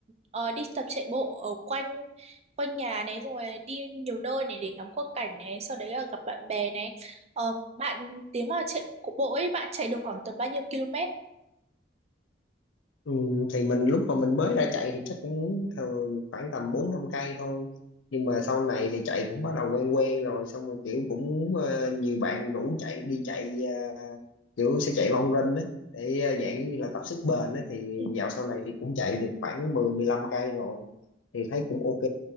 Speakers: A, on the right; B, on the left.
A: ờ, đi tập chạy bộ ở quanh quanh nhà này rồi đi nhiều nơi này để ngắm quang cảnh này, sau đấy là gặp bạn bè này. Ờ, bạn nếu mà chạy cụ bộ ấy bạn chạy được khoảng tầm bao nhiêu km?
B: Ừ, thì mình lúc mà mình mới ra chạy thì chắc cũng thường khoảng tầm 4 5 cây thôi. Nhưng mà
A: Ừ,
B: sau này thì chạy cũng bắt đầu quen quen rồi xong rồi kiểu cũng ờ, nhiều bạn rủ chạy đi chạy ờ, kiểu sẽ chạy long run đấy để ờ, dạng như là tập sức bền đấy thì
A: ừ,
B: dạo sau này thì cũng chạy được khoảng mười mười lăm cây rồi thì thấy cũng ok.